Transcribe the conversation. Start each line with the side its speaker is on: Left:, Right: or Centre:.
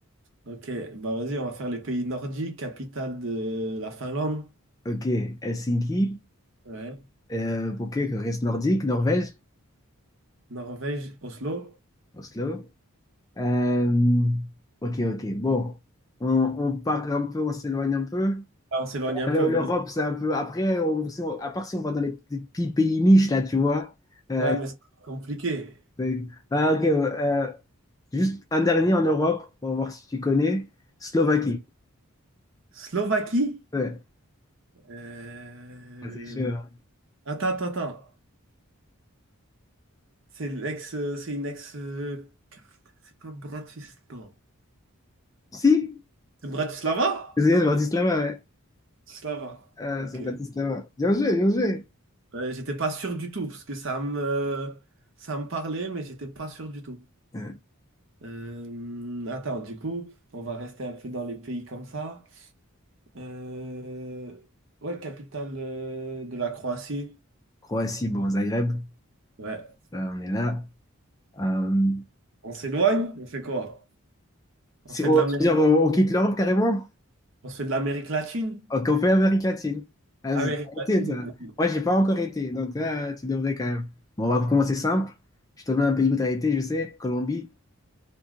Right: Ok, bah vas-y, on va faire les pays nordiques, capitale de la Finlande.
Left: Ok, Helsinki.
Right: Ouais.
Left: Euh, ok, que reste nordique, Norvège,
Right: Norvège, Oslo.
Left: Oslo. Euh, ok, ok. Bon, on, on part un peu, on s'éloigne un peu.
Right: Ah, on s'éloigne un
Left: Le-
Right: peu, vas-y.
Left: L'Europe, c'est un peu. Après, on- si on- à part si on va dans les petits petits pays niches, là, tu vois. Euh,
Right: Ouais, mais c'est compliqué.
Left: c'est- ah, ok, ouais, euh, juste un dernier en Europe, on va voir si tu connais. Slovaquie.
Right: Vas-y. Slovaquie?
Left: Ouais,
Right: Euh,
Left: Ah, c'est sûr.
Right: Attends, attends, attends. C'est l'ex, euh, c'est une ex. euh, capitale, C'est pas Bratislava.
Left: Si,
Right: C'est Bratislava?
Left: c'est Bratislava, ouais.
Right: Bratislava.
Left: Euh,
Right: Ok.
Left: c'est Bratislava. Bien joué, bien joué.
Right: Euh, j'étais pas sûr du tout parce que ça me, ça me parlait, mais j'étais pas sûr du tout.
Left: Euh,
Right: Euh, attends, du coup, on va rester un peu dans les pays comme ça. Euh, ouais, capitale euh, de la Croatie.
Left: Croatie, bon, Zagreb,
Right: Ouais.
Left: là, on est là. Euh,
Right: On s'éloigne? On fait quoi?
Left: si
Right: On fait
Left: on,
Right: de l'Amérique,
Left: tu veux dire, on on quitte l'Europe carrément?
Right: on se fait de l'Amérique latine?
Left: Oh, qu'on fait Amérique latine. Vas-y,
Right: Amérique
Left: t'as
Right: latine.
Left: été, toi.
Right: vas-y.
Left: Moi, j'ai pas encore été, donc là, tu devrais quand même. Bon, on va commencer simple. Je te donne un pays où t'as été, je sais. Colombie.